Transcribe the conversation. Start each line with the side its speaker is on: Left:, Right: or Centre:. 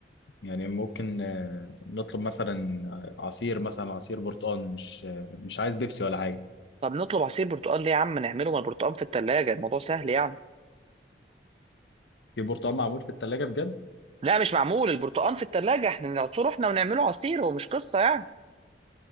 Left: يعني ممكن آه، نطلب مثلا آه، عصير مثلا عصير برتقال مش آه، مش عايز بيبسي ولا حاجه
Right: طب نطلب عصير برتقال ليه يا عم نعمله ما البرتقال في التلاجة الموضوع سهل يعني
Left: في برتقال معمول في الثلاجه بجد
Right: لا مش معمول البرتقال في التلاجة احنا نعصره احنا ونعمله عصير هو مش قصة يعني